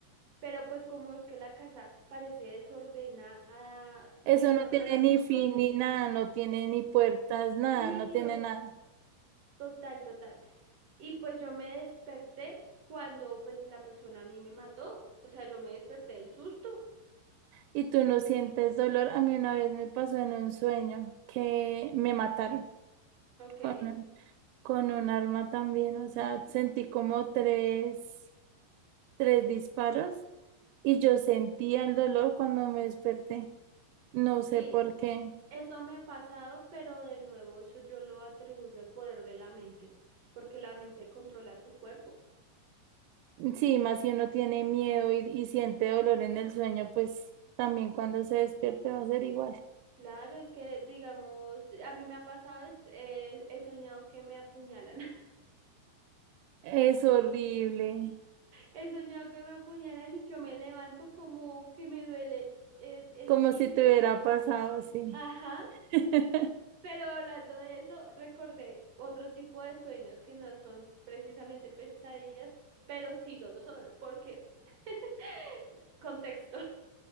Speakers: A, on the right; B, on the right.
A: Pero pues como es que la casa parece desordenada y
B: Eso
A: uno
B: no tiene
A: no la
B: ni fin
A: conoce.
B: ni nada, no tiene ni puertas, nada,
A: Sí,
B: no tiene
A: o-
B: nada.
A: total, total. Y pues yo me desperté cuando pues la persona a mí me mató. O sea, yo me desperté del susto.
B: Y tú no sientes dolor. A mí una vez me pasó en un sueño que me mataron
A: Ok.
B: con, un- con un arma también. O sea, sentí como tres, tres disparos y yo sentía el dolor cuando me desperté. No sé
A: Sí,
B: por qué.
A: Eso me ha pasado, pero de nuevo eso yo lo atribuyo al poder de la mente, porque la mente controla tu cuerpo.
B: Sí, más si uno tiene miedo y, y siente dolor en el sueño, pues también cuando se despierte va a ser igual.
A: Claro, es que digamos, a mí me ha pasado, es- eh, he soñado que me apuñalan, <laughs>
B: Es horrible,
A: he soñado que me apuñalan y yo me levanto como que me duele eh, el
B: como
A: sitio.
B: si te hubiera pasado así.
A: Ajá,
B: <laughs>
A: pero hablando de eso, recordé otro tipo de sueños que no son precisamente pesadillas, pero sí lo son, porque <laughs> contexto,